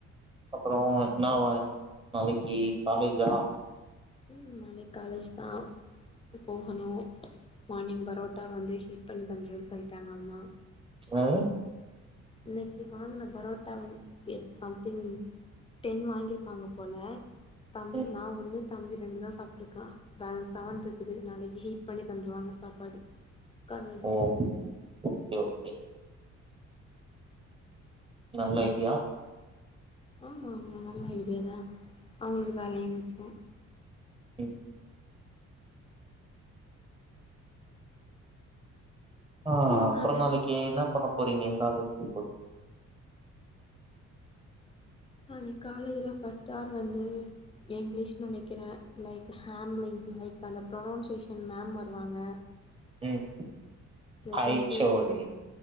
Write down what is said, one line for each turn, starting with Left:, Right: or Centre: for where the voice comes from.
Right: அப்றோ இன்னாவா நாளைக்கி காலேஜா
Left: ம் அன்னைக் காலேஜ் தா போகனு மானிங் பரோட்டா வந்து ஹீட் பண்ணி தந்துறன் சொல்ட்டாங்க அம்மா
Right: வரு
Left: இன்னைக்கு வாங்குன பரோட்டா வந்து பியட்ஸ் சம்திங் டென் வாங்கிருப்பாங்க போல தம்
Right: ம்,
Left: நா ஒன்னு தம்பி ரெண்டு தா சாப்டுருக்கா பேலன்ஸ செவன்ட்ருக்குது நாளைக்கு ஹீட் பண்ணி தந்துருவாங்க சாப்பாடு காலேஜுக்கு
Right: ஓ ஒகே ஒகே நல்ல ஐடியா
Left: ஆமாமா நல்ல ஐடியாதா அவுங்களுக்கு வேலயு மிச்சோ
Right: ம் ஆ
Left: ம்
Right: அப்றோ
Left: நாளை
Right: நாளைக்கு என்ன பண்ண போறீங்க காலேஜ்ல போயி
Left: நாளைக் காலேஜ்ல ஃபஸ்ட் ஆர் வந்து இங்கிலீஷ் நெனைக்கிறே லைக் ஹம்லிங் லைக் அந்த ப்ரொனொன்சேஷன் மேம் வருவாங்க
Right: ம்
Left: செகன்
Right: ஹைச்
Left: பேஜி
Right: O D